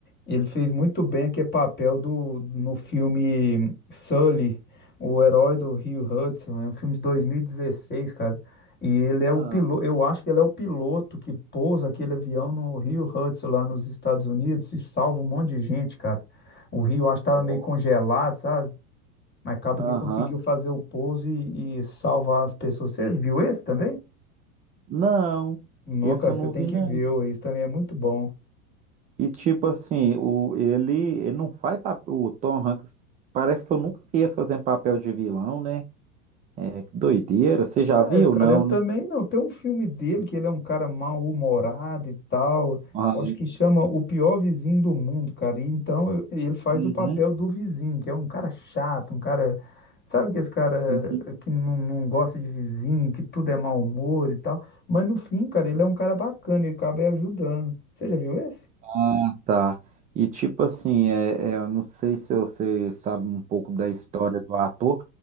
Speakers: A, on the left; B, on the right.
A: Ele fez muito bem aquele papel do, no filme Sully, o herói do Rio Hudson. É um filme de 2016, cara. E ele é
B: Ah,
A: o piloto, eu acho que ele é o piloto que pousa aquele avião no Rio Hudson, lá nos Estados Unidos, e salva um monte de gente, cara. O rio, acho que estava
B: ó,
A: meio congelado, sabe? Mas acaba
B: Aham.
A: que conseguiu fazer o pouso e, e salvar as pessoas. Você viu esse também?
B: Não,
A: Não,
B: esse
A: cara,
B: eu
A: você
B: não
A: tem
B: vi,
A: que
B: não.
A: ver, ó, isso também é muito bom.
B: E tipo assim, o, ele, ele não faz papel. O Tom Hanks parece que eu nunca vi ele fazendo papel de vilão, né? É, que doideira. Você já
A: Ué,
B: viu,
A: cara,
B: não,
A: eu Então,
B: né?
A: também não. Tem um filme dele que ele é um cara mal-humorado e tal.
B: Ah,
A: Eu acho que chama O Pior Vizinho do Mundo, cara. E então eu- ele faz
B: uhum,
A: o papel do vizinho, que é um cara chato, um cara. Sabe que esse cara
B: uhum.
A: que não, não gosta de vizinho, que tudo é mau humor e tal. Mas no fim, cara, ele é um cara bacana, ele acaba ajudando. Você já viu esse?
B: Ah, tá. E tipo assim, é, é, eu não sei se você sabe um pouco da história do ator.